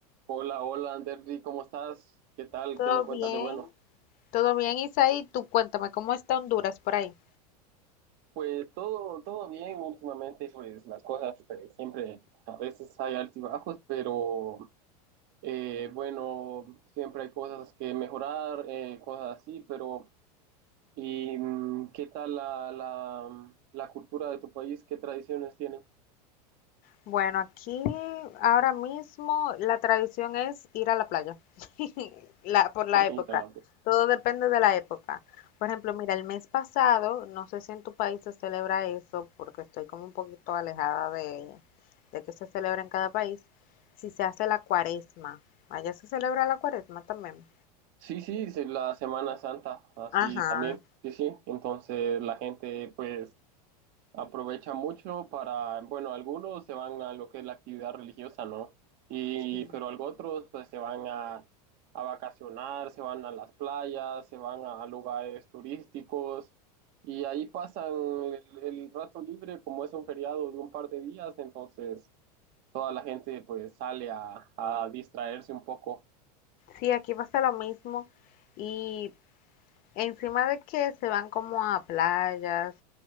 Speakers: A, on the right (about 50°); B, on the left (about 45°).
A: Hola, hola, Anderly, ¿cómo estás? ¿Qué tal?
B: Todo
A: ¿Qué me cuentas
B: bien,
A: de bueno?
B: todo bien, Isaí. Tú cuéntame, ¿cómo está Honduras por ahí?
A: Pues todo, todo bien últimamente, pues las cosas pues, siempre, a veces hay altibajos, pero eh, bueno, siempre hay cosas que mejorar, eh, cosas así, pero ¿y mm, qué tal la, la, la cultura de tu país? ¿Qué tradiciones tienen?
B: Bueno, aquí ahora mismo la tradición es ir a la playa, <laughs> la, por la
A: <laughs>
B: época. Todo depende de la época. Por ejemplo, mira, el mes pasado, no sé si en tu país se celebra eso, porque estoy como un poquito alejada de, de que se celebra en cada país, si se hace la cuaresma. Allá se celebra la cuaresma también.
A: Sí, sí, sí, la Semana Santa, así
B: Ajá.
A: también, sí, sí, entonces la gente pues... aprovechan mucho para, bueno, algunos se van a lo que es la actividad religiosa, ¿no? Y,
B: Sí,
A: pero algunos otros pues se van a, a vacacionar, se van a las playas, se van a, lugares turísticos y ahí pasan el, el rato libre como es un feriado de un par de días, entonces toda la gente pues sale a, a distraerse un poco.
B: Sí, aquí pasa lo mismo. Y Encima de que se van como a playas,